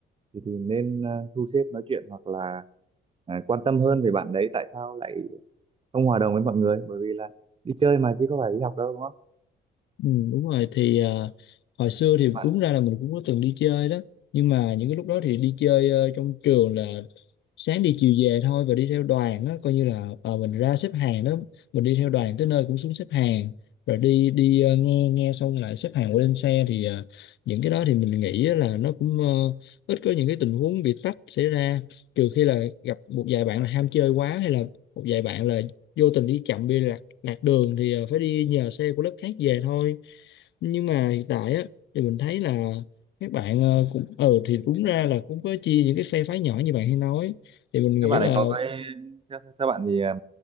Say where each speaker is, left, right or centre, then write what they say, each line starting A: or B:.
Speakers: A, on the right; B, on the left.
A: thì, thì nên ờ, thu xếp nói chuyện hoặc là ờ, quan tâm hơn về bạn đấy tại sao lại không hòa đồng với mọi người bởi vì là đi chơi mà chứ có phải đi học đâu đúng không
B: Ừ, đúng rồi thì à, hồi xưa thì
A: bạn
B: đúng ra là mình cũng có từng đi chơi đó nhưng mà những cái lúc đó thì đi chơi ờ, trong trường là sáng đi chiều về thôi và đi theo đoàn đó coi như là ờ, mình ra xếp hàng đó mình đi theo đoàn tới nơi cũng xuống xếp hàng rồi đi đi ờ, nghe nghe xong lại xếp hàng qua lên xe thì ờ, những cái đó thì mình nghĩ á là nó cũng ờ, ít có những cái tình huống bị tách xảy ra trừ khi là gặp một vài bạn là ham chơi quá hay là một vài bạn là vô tình đi chậm đi lạc đường thì ờ, phải đi nhờ xe của lớp khác về thôi nhưng mà hiện tại á thì mình thấy là các bạn ờ, cũng ừ thì đúng ra là cũng có chia những cái phe phái nhỏ như bạn hay nói thì mình
A: các
B: nghĩ
A: bạn
B: là
A: ấy có cái theo, theo bạn thì ờ,